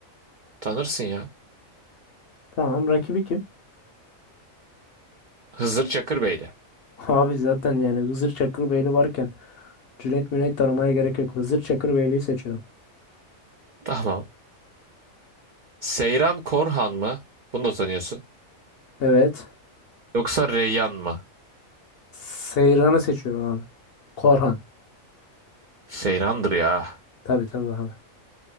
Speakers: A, on the right; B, on the left.
A: Tanırsın ya.
B: Tamam rakibi kim?
A: Hızır Çakır Bey'di.
B: <laughs> Abi zaten yani Hızır Çakırbeyli varken Cüneyt Müneyt tanımaya gerek yok. Hızır Çakırbeyli'yi seçiyorum.
A: <laughs> Tamam. Seyran Korhan mı? Bunu da tanıyorsun.
B: Evet.
A: Yoksa Reyyan mı?
B: Seyran'ı seçiyorum abi. Korhan.
A: Seyran'dır ya.
B: Tabii tabii abi.